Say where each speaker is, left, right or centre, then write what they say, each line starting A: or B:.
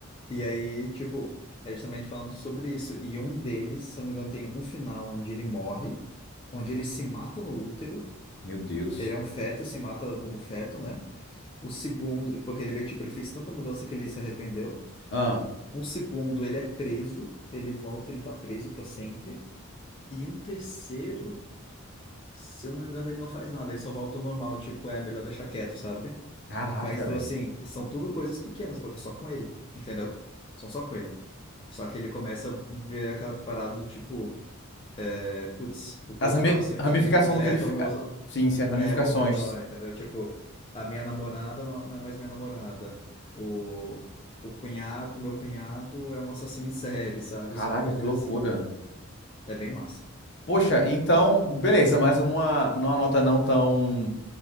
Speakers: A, on the left (about 25°); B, on the left (about 50°).
A: e aí, tipo, é justamente falando sobre isso. E um deles, se eu não me engano, tem um final onde ele morre, onde ele se mata no útero.
B: Meu Deus.
A: Ele é um feto, se mata como feto, né? O segundo, porque ele veio, tipo, ele fez tanta mudança que ele se arrependeu.
B: Ah.
A: Um segundo, ele é preso, ele volta, ele tá preso pra sempre. E um terceiro, se eu não me engano, ele não faz nada, ele só volta ao normal, tipo, é melhor deixar quieto, sabe?
B: Caraca,
A: Mas então,
B: velho.
A: assim, são tudo coisas pequenas, porque é só com ele, entendeu? São só com ele. Só que ele começa a ver aquela parada do tipo, é, putz, o que
B: As
A: eu
B: rami-
A: faço aqui
B: ramificação
A: afeta
B: do que ele. fe-
A: o meus,
B: Sim, sim, as ramificações.
A: é, o ao redor, entendeu? Tipo, a minha namorada não, não é mais minha namorada. O, o cunhado, meu cunhado é um assassino em série, sabe?
B: Caraca,
A: São algumas
B: que
A: coisas
B: loucura.
A: assim. É bem massa.
B: Poxa, então, beleza, mas numa, numa nota não tão,